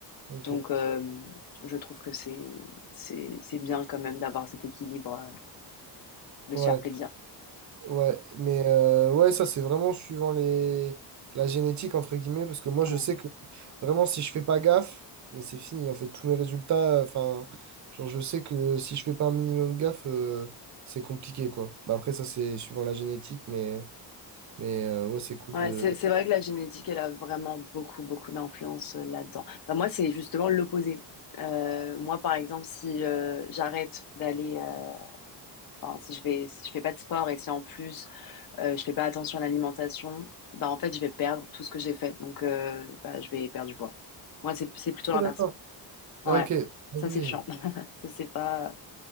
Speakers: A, on the right (about 45°); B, on the left (about 50°).
A: ok.
B: Donc, euh, je trouve que c'est c'est c'est bien quand même d'avoir cet équilibre, euh, de
A: Ouais.
B: se faire plaisir.
A: Ouais, mais euh, ouais, ça c'est vraiment suivant les la génétique entre guillemets, parce que moi je
B: Ouais.
A: sais que vraiment si je fais pas gaffe, mais c'est fini, en fait, tous mes résultats, enfin, genre je sais que si je fais pas un minimum gaffe, euh, c'est compliqué quoi. Bah, après ça c'est suivant la génétique, mais mais euh, ouais c'est cool
B: Ouais,
A: de.
B: c'est
A: d'a-
B: c'est vrai que la génétique, elle a vraiment beaucoup, beaucoup d'influence euh, là-dedans. Bah, moi, c'est justement l'opposé. Euh, moi, par exemple, si euh, j'arrête d'aller, euh, enfin, si je vais, si je fais pas de sport et si en plus euh, je fais pas attention à l'alimentation, bah en fait, je vais perdre tout ce que j'ai fait. Donc, euh, bah, je vais perdre du poids. Moi, c'est c'est plutôt
A: Ok,
B: l'inverse.
A: d'accord.
B: Ouais,
A: Ah ok. Ah,
B: ça
A: ouais.
B: c'est chiant. <laughs> Ça c'est pas,